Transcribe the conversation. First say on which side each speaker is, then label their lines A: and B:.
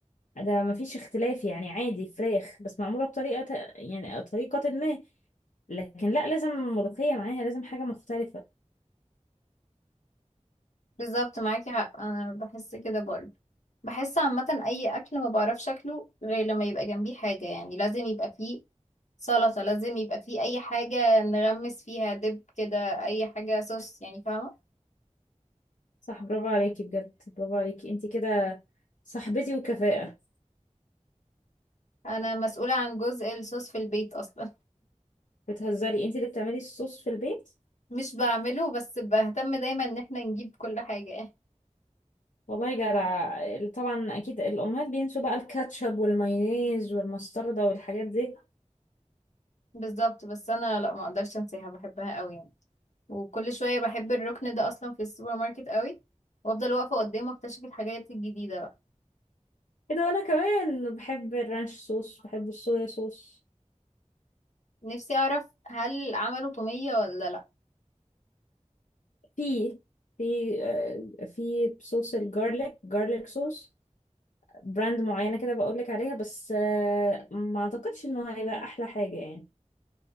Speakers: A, on the left; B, on the left.
A: ده ما فيش اختلاف يعني عادي فراخ بس معمولة بطريقة ت- يعني طريقة ما لكن لا لازم ملوخية معاها لازم حاجة مختلفة
B: بالظبط معاكي حق انا بحس كده برضه بحس عامة اي اكل ما بعرفش اكله غير لما يبقى جنبيه حاجة يعني لازم يبقى فيه سلطة لازم يبقى فيه أي حاجة نغمس فيها دب كده أي حاجة صوص يعني فاهمة
A: صح برافو عليكي بجد برافو عليكي انتي كده صاحبتي وكفاءة
B: أنا مسؤولة عن جزء الصوص في البيت أصلا
A: بتهزري انت اللي بتعملي الصوص في البيت
B: <laughs> مش بعمله بس بهتم دايما إن احنا نجيب كل حاجة يعني
A: والله جدع طبعا اكيد الامهات بينسوا بقى الكاتشب والمايونيز والمستردة والحاجات دي
B: بالظبط بس أنا لأ ما أقدرش أنساها بحبها قوي يعني وكل شوية بحب الركن ده أصلا في السوبر ماركت قوي وأفضل واقفة قدامه أكتشف الحاجات الجديدة بقى
A: ايه ده وانا كمان بحب الرانش صوص بحب الصويا صوص
B: نفسي أعرف هل عملوا تومية ولا لأ
A: في في آه، في صوص الجارليك جارليك صوص براند معينة كده بقولك عليها بس آه، ما اعتقدش انه هيبقى احلى حاجة يعني